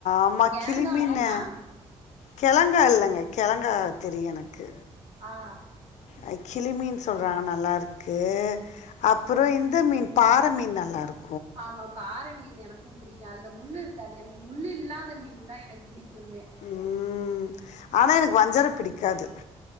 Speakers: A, on the left; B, on the right.
A: ஆமா
B: கெழங்கா
A: கிளி மீனு
B: மீனா
A: கெழங்கா இல்லங்க கெழங்கா தெரியு எனக்கு
B: அ அ
A: அ கிளிமீன் சொல்றாங்க நல்லாருக்கு அப்புற இந்த மீன் பாற மீன் நல்லாருக்
B: ஆமா பாற மீன் எனக்கும் புடிக்கு அதுல முள்ளு இருக்காது எனக்கு முள்ளு இல் ல்லாத மீன்தா எனக் புடிக்குமே
A: ம் ஆனா எனக்கு வஞ்சர பிடிக்காது